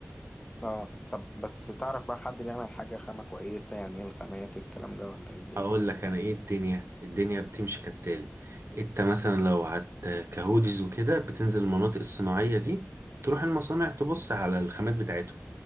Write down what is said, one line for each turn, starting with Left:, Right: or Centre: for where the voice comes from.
Left: اه طب بس تعرف بقى حد بيعمل حاجة خامة كويسة يعني ايه الخامات إيه الكلام ده ولا ايه الدنيا
Right: اقول لك انا ايه الدنيا الدنيا بتمشي كالتالي انت مثلا لو هت كهوديز وكده بتنزل المناطق الصناعية دي تروح المصانع تبص على الخامات بتاعتهم